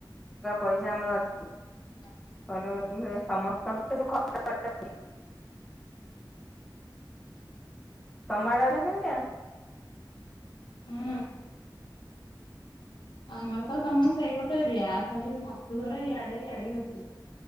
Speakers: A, in the centre; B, on the left.
A: ପଇସା ଆମର ଅଛି।
B: ହ
A: <unintelligible> ସମସ୍ତଙ୍କ ଯୋଉ <unintelligible> ତମଆଡ଼େ ଏଟା କେମିତିଆ?
B: ହଁ। ଆମର ତ ତମ ସେଇପଟ ଏରିଆ ଖାଲି ଶଶୁଘର ଇଆଡେ ଇଆଡେ ଅଛି।